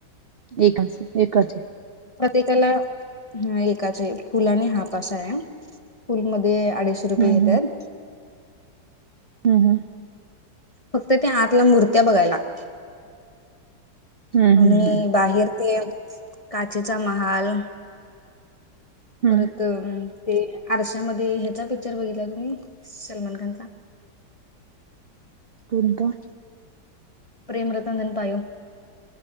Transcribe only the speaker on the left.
प्रतेकाला ह एकाचे फुलाने हाप असा आहे फूलमध्ये अडीचशे
रुपये घेतात
फक्त त्या आतला मूर्त्या बघायला लागत
आणि
बाहेर ते काचेचा महाल परत
ते आरशामध्ये ह्याचा पिक्चर बघितला तुम्ही सलमान खानचा
प्रेम रतन धन पायो